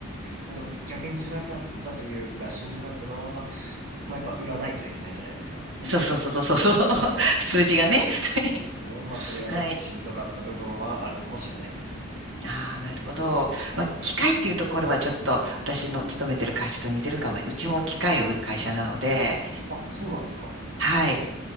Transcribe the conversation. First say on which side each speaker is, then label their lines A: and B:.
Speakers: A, on the right; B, on the right.
A: まあでも逆に辛かったというか、しんどかったのは、まあやっぱ売らないといけないじゃないですか。
B: そうそうそうそうそう。<laughs> 数字がね。<laughs>
A: そうですね。まあそれがちょっとしんどかった部分はあるかもしれないです。
B: はい。ああ、なるほど。
A: はい。
B: まあ、機械っていうところはちょっと私の勤めてる会社と似てるかも。うちも機械を売る会社なので、
A: あ、そうなんですか。
B: はい。